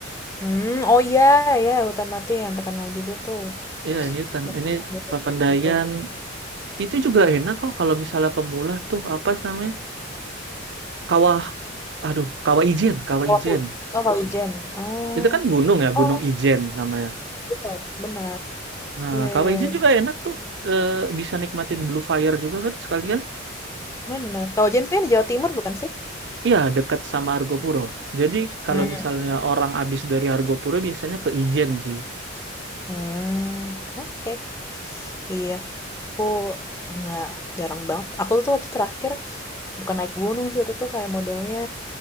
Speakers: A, on the left; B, on the right.
A: Mmm, oh iya iya, hutan mati yang terkenal juga tuh.
B: Iya ini hutan,
A: Banyak
B: ini
A: yang foto-foto
B: Papandayan.
A: di situ.
B: Itu juga enak kok kalau misalnya pemula tuh apa sih namanya? Kawah, aduh, Kawah Ijen, Kawah
A: Oh
B: Ijen.
A: hu oh Kawijen, oh.
B: Itu kan gunung ya,
A: Oh,
B: Gunung Ijen namanya.
A: bener bener.
B: Nah,
A: Iya
B: Kawah
A: iya
B: Ijen
A: iya,
B: juga enak tuh. Eh, bisa nikmatin Blue Fire juga kan sekalian.
A: bener. Kawijen tuh yang di Jawa Timur bukan sih?
B: Iya, dekat sama Argopuro. Jadi kalau
A: Mhm,
B: misalnya orang abis dari Argopuro biasanya ke Ijen sih.
A: mmm, oke. Iya, aku nggak jarang banget aku tuh waktu terakhir bukan naik gunung sih, itu tuh kayak modelnya